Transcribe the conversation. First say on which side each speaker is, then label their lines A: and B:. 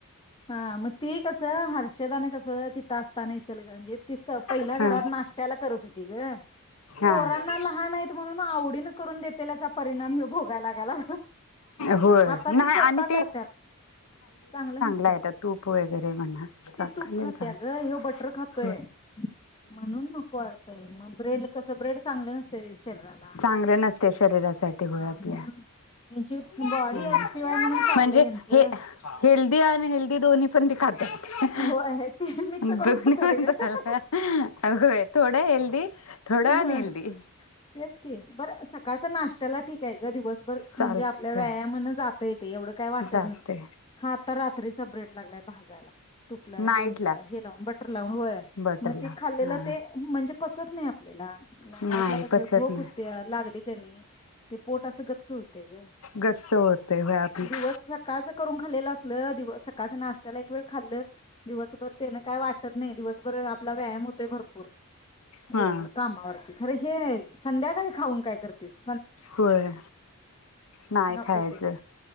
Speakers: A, on the left; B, on the left.
A: हा मग ती कसं? हर्षदाने कस? तिथं असताना इचलकरंजीत ती स पहिल्या
B: हा
A: घरात नाश्त्याला करत होती ग
B: हा
A: पोरांना लहान आहेत म्हणून आवडीने करून देत त्याचा परिणाम हे भोगायलागाला
B: होय
A: आता
B: नाही
A: ती स्वतः
B: आणि
A: करतत चांगलं नसत.
B: नाही तूप वगैरे म्हणा खाल्लेले
A: तूप खात्या
B: चांगले
A: ग ह्यो <unintelligible> म्हणून नको वाढतय मग ब्रेड कस ब्रेड चांगलं नसतय शरीराला
B: चांगलं नसते शरीरासाठी होय
A: हा
B: आपल्या
A: मग यांची
B: द्या
A: बॉडी
B: की बघणार
A: ऍक्टिव्ह म्हणून
B: आहे
A: चाललंय
B: म्हणजे
A: ह्यांचं
B: हे हेल्दी <unintelligible> हेल्दी दोन्ही पण खात <unintelligible>
A: होय ते मिक्स
B: दोन्ही
A: करून खात्यात
B: पण झालं अय थोड हेल्दी थोडं
A: ग
B: अन हेल्दी
A: तेच की बरं सकाळचा नाश्त्याला ठीक आहे ग दिवस बर म्हणजे
B: चालते
A: आपल्या व्यायामाने
B: होय
A: जाता येतय. एवढ काय वाटत
B: जाते
A: नाही हा आता रा? रात्रीचा ब्रेड लागलाय भाजायला. तूप लाव
B: नाईटला
A: लोणी लाव हे लावून बटर लावून व्हय
B: बटरला
A: मग ते खाल्लेलं
B: हा
A: ते म्हणजे पचत नाही आपल्याला ना नाईट
B: नाही
A: ला कस
B: पचत
A: झोप
B: नाही
A: होतिया लागली कणी ते पोटं अस गच्च च होतय ग
B: गच्च होतय होय आपलं
A: दिवस सकाळच करून खाल्लेलं असल दिव सकाळच्या नाशट्याला एक वेळ खाल्लं दिवसभर तेन काय वाटत नाही. दिवसभर आपला व्यायाम होतोय भरपूर.
B: हा
A: दिवस कामावरती खरय हे संध्याकाळी खाऊन काय करतीस?
B: होय नाही
A: नको
B: खायचं
A: ते